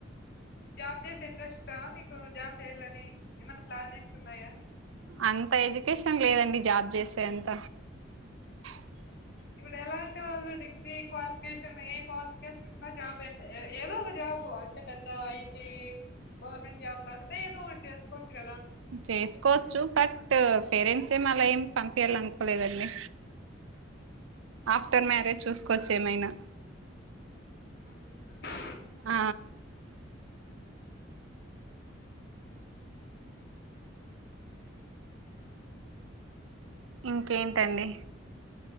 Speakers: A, on the left; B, on the right.
A: జాబ్ చేసె ఇంట్రెస్టా మీకు జాబ్ చేయ్యాలని ఏమనా ప్లానింగ్స్ ఉన్నాయా
B: అంతా ఎడ్యుకేషన్ లేదండి జాబ్ చేసే అంత <inaudible>
A: ఇప్పుడు ఎలాంటి వాళ్ళు డిగ్రీ క్వాలిఫికేషన్ ఏ క్వాలిఫికేషన్ చిన్న జాబ్ ఎట్లా ఏదో ఒక జాబు అంటే పెద్ద ఐటీ గవర్నమెంట్ జబ్ కాకున్నా ఏదొ ఒకటి చేసుకోవచ్చు కదా
B: చేసుకోవచ్చు బట్ పేరెంట్స్ ఏం అలా ఏం పంపియాల అనుకోలేదండి ఆఫ్టర్ మ్యారేజ్ చూసుకోవచ్చు ఏమైనా
A: మ్మ్ఉహ్మ్
B: ఆ ఇంకేంటండి